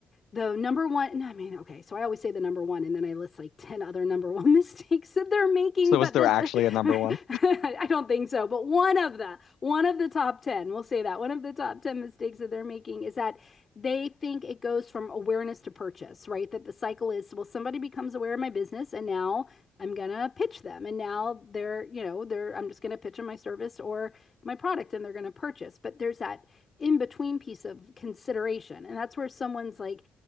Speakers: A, on the left; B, on the left.
A: the number one, and I mean, okay, so I always say the number one, and then I list like 10 other number one <laughs> mistakes that they're making,
B: so
A: but
B: is there
A: then
B: actually
A: <laughs>
B: a number
A: I
B: one?
A: don't think so. But one of the, one of the top 10, we'll say that one of the top 10 mistakes that they're making is that they think it goes from awareness to purchase, right? That the cycle is, well, somebody becomes aware of my business and now I'm going to pitch them. And now they're, you know, they're, I'm just going to pitch them my service or my product and they're going to purchase. But there's that in between piece of consideration. And that's where someone's like,